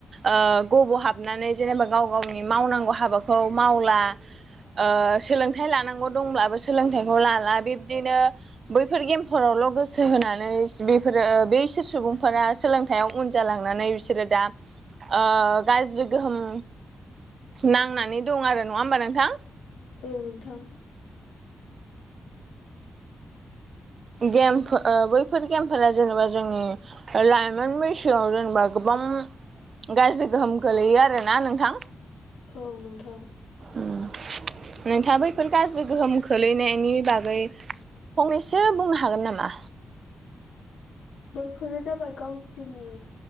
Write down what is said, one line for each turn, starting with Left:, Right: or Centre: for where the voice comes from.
Right: ओ गब' हा हाबनानै जेनेबा गाव गावनि मावनांगौ हाबाखौ मावला ओ सोलोंथाइ लानांगौ दंब्लाबो सोलोंथाइखौ लाला बिब्दिनो बैफोर गेमफोरावल' गोसो होनानै बेफोरो बेैसोर सुबुंफोरा सोलोंथाइयाव उन जालांनानै बिसोरो दा ओ गाज्रि गोहोम नांनानै दं आरो नङा होमबा नोंथां
Left: औ नोंथां
Right: गेम ओ बैफोर गेमफोरा जेनेबा जोंनि लाइमोन बैसोआव जेनेबा गोबां उम गाज्रि गोहोम गोलैयो आरोना नोंथां
Left: औ नोंथां
Right: उम नोंथांङा बैफोर गाज्रि गोहोम खोलैनायनि बागै फंनैसो बुंनो हागोन नामा
Left: बेफोरो जाबाय गावसोरनि